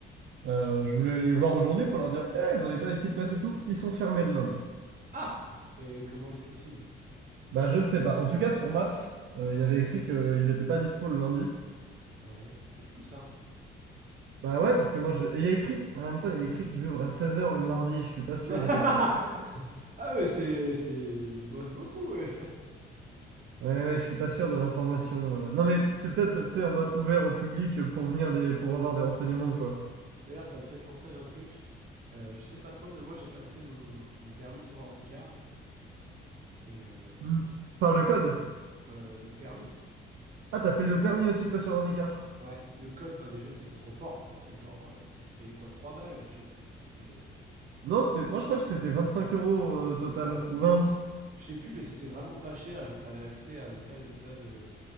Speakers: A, on the right; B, on the right.
A: Euh, je voulais les voir aujourd'hui pour leur dire, Eh, vous n'avez pas des petites places et tout, ils sont fermés le lundi.
B: Ah! Mais comment est-ce possible?
A: Bah je ne sais pas. En tout cas sur Maps, euh, il y avait écrit qu'ils n'étaient pas dispo le lundi.
B: Ouais, c'est fou ça.
A: Bah ouais, parce que moi je. Et il y a écrit. En même temps, il y a écrit qu'ils ouvrent à 16 heures le mardi, je suis pas sûr,
B: <laughs>
A: effectivement.
B: Ah ouais, c'est, c'est... Ils bossent beaucoup, ouais.
A: Ouais, ouais, je suis pas sûr de l'information. euh. Non mais c'est peut-être, tu sais, en mode ouvert au public pour venir des. pour avoir des renseignements, quoi.
B: D'ailleurs, ça me fait penser à un truc. Euh, je sais pas toi, mais moi j'ai passé mon, mon permis sur Ornicar. Et euh,
A: Hmm. Par
B: c'était...
A: le code.
B: euh, le permis.
A: Ah, t'as fait le permis aussi toi sur un écart.
B: Ouais, le code, bah déjà, c'était trop fort parce que, genre, euh, tu payais quoi 3 balles Je sais plus, c'était. euh,
A: Non, c'était. Moi je crois que c'était 25 euros euh, total.
B: Ouais,
A: Ou 20.
B: je je sais plus, mais c'était vraiment pas cher et genre, t'avais accès à des tas et des tas de.